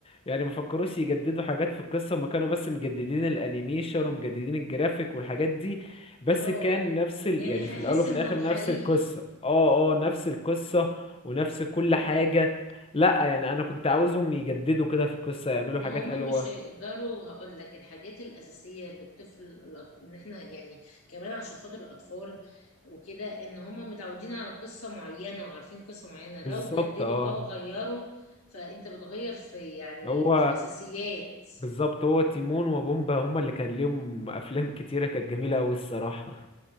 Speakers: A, on the left (about 25°); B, on the left (about 80°).
A: يعني ما فكروش يجددوا حاجات في القصه ما كانوا بس مجددين الانيميشن ومجددين الجرافيك والحاجات دي بس
B: اه
A: كان نفس ال...
B: يعني
A: يعني
B: هيحس
A: في الاول وفي
B: انه
A: الاخر
B: حقيقي
A: نفس القصه اه اه نفس القصه ونفس كل
B: مم.
A: حاجه لا يعني انا كنت عاوزهم يجددوا كده في القصه يعملوا
B: ما
A: حاجات
B: هما
A: حلوه
B: مش هيقدروا هقول لك الحاجات الأساسية اللي الطفل الأط- ان احنا يعني كمان عشان خاطر الأطفال وكده ان هما متعودين على قصة معينة وعارفين قصة معينة لو
A: بالظبط
B: جددوا
A: اه
B: او غيروا فانت بتغير في يعني
A: هو
B: في أساسيات
A: بالظبط هو تيمون وبومبا هما اللي كان ليهم افلام كتيره كانت جميله قوي الصراحه